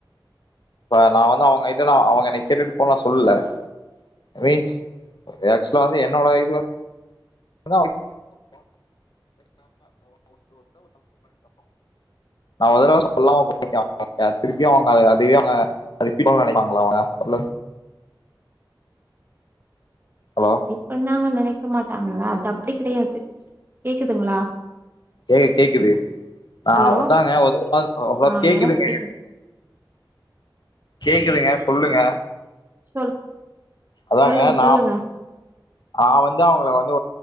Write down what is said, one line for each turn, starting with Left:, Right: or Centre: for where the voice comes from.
Left: இப்ப நா வந்து அவுங்க கிட்ட நா அவுங்க என்னை கேட்டுட்டு போனு நா சொல்லல மீன்ஸ் ஆக்சுவலா வந்து என்னோட இது வந்து <inaudible> நான் ஒரு தடவை சொல்லாம <inaudible> திருப்பியும் அவுங்க அதே அவங்க ரிப்பீட் பண்ணனும்னு நினைப்பாங்களா அவங்க சொல்லுங்க ஹலோ
Right: இப்பனாங்க நினைக்க மாட்டாங்களா அது அப்படி கிடையாது கேக்குதுங்களா
Left: ஏ கேக்குது ஆ
Right: ஹலோ
Left: அதாங்க <inaudible> ஹலோ
Right: ஆ
Left: கேக்குதுங்க
Right: எனக்கு கேக்குது
Left: கேக்குதுங்க சொல்லுங்க
Right: சொல்
Left: அதாங்க
Right: சொல்லுங்க
Left: நா
Right: சொல்லுங்க
Left: நா வந்து அவுங்ள வந்து